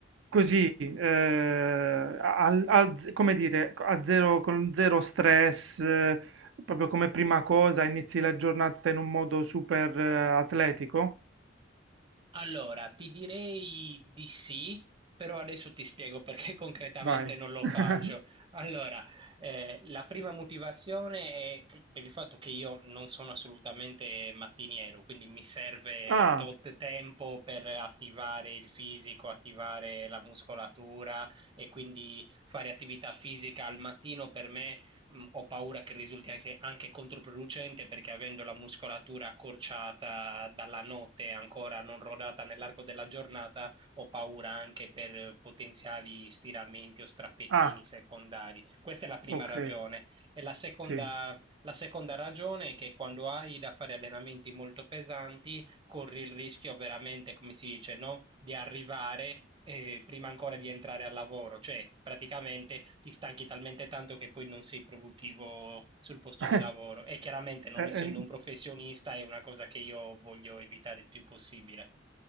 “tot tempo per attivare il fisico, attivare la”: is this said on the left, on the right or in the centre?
Right